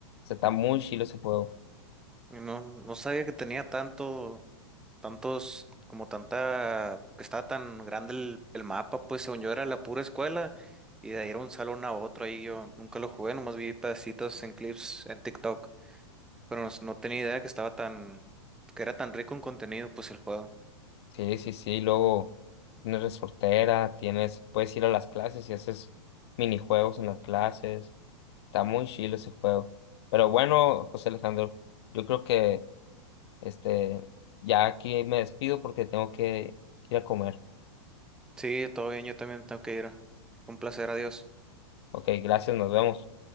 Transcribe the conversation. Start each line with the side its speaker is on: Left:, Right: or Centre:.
Left: sea, está muy chilo ese juego.
Centre: no, no sabía que tenía tanto, tantos, como tanta, que estaba tan grande el, el mapa, pues según yo era la pura escuela y de ahí era un salón a otro, ahí yo nunca lo jugué, nomás vi pedacitos en clips en TikTok, pero no, no tenía idea que estaba tan, que era tan rico en contenido, pues el juego.
Left: Sí, sí, sí. Luego tienes resortera, tienes, puedes ir a las clases y haces minijuegos en las clases. Está muy chilo ese juego. Pero bueno, José Alejandro, yo creo que este ya aquí me despido porque tengo que ir a comer.
Centre: Sí, todo bien, yo también tengo que ir. Fue un placer, adiós.
Left: Ok, gracias, nos vemos.